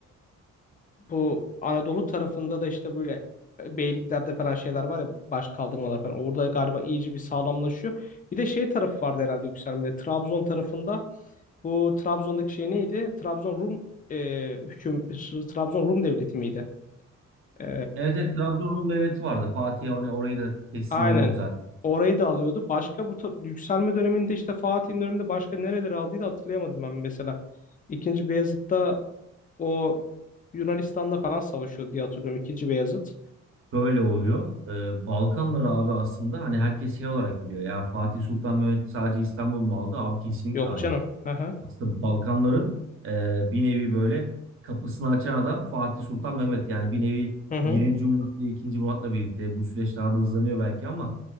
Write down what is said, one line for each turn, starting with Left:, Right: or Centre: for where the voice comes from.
Left: bu Anadolu tarafında da işte böyle e, beyliklerde falan şeyler var ya baş kaldırmalar falan. Orada galiba iyice bir sağlamlaşıyor. Bir de şey tarafı vardı herhalde yükselmede. Trabzon tarafında bu Trabzon'daki şey neydi? Trabzon Rum e, hüküm Trabzon Rum devleti miydi? E,
Right: Evet, evet Trabzon Rum Devleti vardı. Fatih hani orayı da teslim
Left: aynen.
Right: alıyordu zaten.
Left: Orayı da alıyordu. Başka bu ta- yükselme döneminde işte Fatih'in döneminde başka nereleri aldığı da hatırlayamadım ben mesela. İkinci Beyazıt'ta o Yunanistan'da falan savaşıyordu diye hatırlıyorum. İkinci Beyazıt.
Right: Şöyle oluyor. E, Balkanları abi aslında hani herkes şey olarak biliyor. Ya Fatih Sultan Mehmet sadece İstanbul mu aldı? Abi kesinlikle
Left: Yok
Right: hayır.
Left: canım. Aha.
Right: Aslında Balkanların e, bir nevi böyle kapısını açan adam Fatih Sultan Mehmet. Yani bir nevi
Left: Hı hı.
Right: birinci Murat'la ikinci Murat'la birlikte bu süreç daha da hızlanıyor belki ama